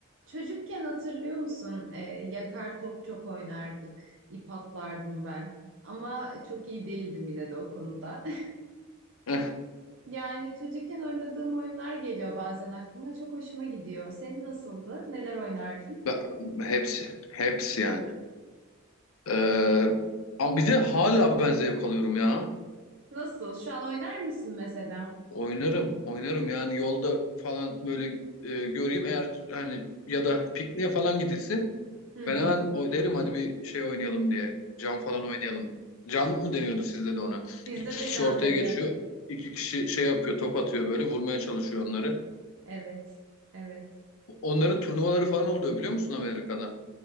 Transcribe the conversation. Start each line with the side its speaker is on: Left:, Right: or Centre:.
Right: Çocukken hatırlıyor musun? Ee, yakar top çok oynardık. İp atlardım ben. Ama çok iyi değildim yine de o konuda. <laughs>
Left: Eh,
Right: Yani çocukken oynadığım oyunlar geliyor bazen aklıma. Çok hoşuma gidiyor. Senin nasıldı? Neler oynardın?
Left: ben- hepsi. Hepsi yani. Ee, ama bir de hala ben zevk alıyorum ya.
Right: Nasıl? Şu an oynar mısın mesela?
Left: Oynarım. Oynarım yani yolda falan böyle e, göreyim. Eğer hani ya da pikniğe falan gidilsin.
Right: Hı hı.
Left: Ben hemen o derim hadi bir şey oynayalım diye. Can falan oynayalım. Can mı deniyordu sizde de ona?
Right: Bizde
Left: İki kişi
Right: de can
Left: ortaya
Right: deniyordu.
Left: geçiyor. İki kişi şey yapıyor, top atıyor böyle vurmaya çalışıyor onları.
Right: Evet. Evet.
Left: Onların turnuvaları falan oluyor biliyor musun Amerika'da?